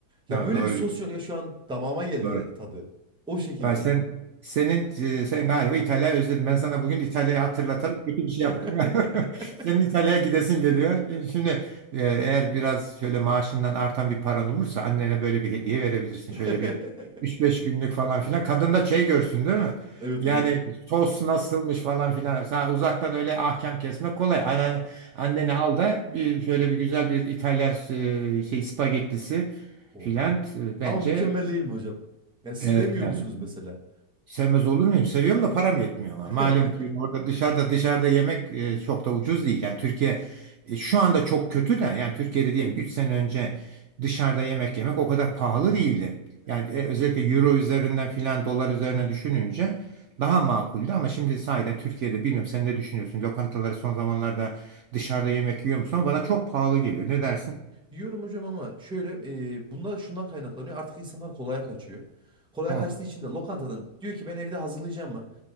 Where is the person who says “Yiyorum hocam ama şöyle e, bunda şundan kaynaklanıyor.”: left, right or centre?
Centre